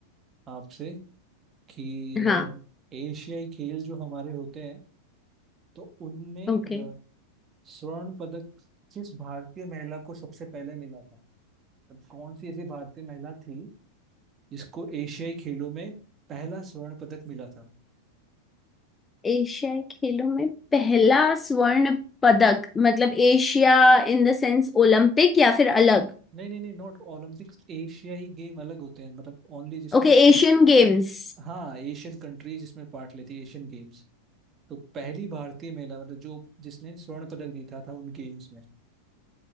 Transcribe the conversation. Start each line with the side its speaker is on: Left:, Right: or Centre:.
Right: आपसे कि अ,
Left: हाँ
Right: एशियाई खेल जो हमारे होते हैं तो उनमें
Left: ओके
Right: स्वर्ण पदक किस भारतीय महिला को सबसे पहले मिला था तब कौन सी ऐसी भारतीय महिला थी जिसको एशियाई खेलों में पहला स्वर्ण पदक मिला था
Left: एशियाई खेलों में पहला स्वर्ण पदक मतलब Asia in the sense Olympic या फिर अलग
Right: नहीं नहीं नहीं नॉट ओलंपिक्स एशियाई गेम अलग होते हैं मतलब ओनली जिसमें
Left: Okay Asian games
Right: हाँ एशियन कंट्रीज इसमें पार्ट लेती है एशियन गेम्स तो पहली भारतीय महिला मतलब जो जिसने स्वर्ण पदक जीता था उन गेम्स में